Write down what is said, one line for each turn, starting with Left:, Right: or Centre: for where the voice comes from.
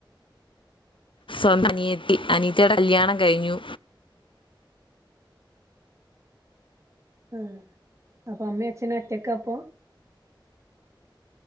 Left: സ്വന്തം <unintelligible> അനിയത്തി അനീത്തിയുടെ കല്യാണം കഴിഞ്ഞു
Right: ആഹ് അപ്പൊ അമ്മിം അച്ഛനും ഒറ്റക്കാപ്പോ?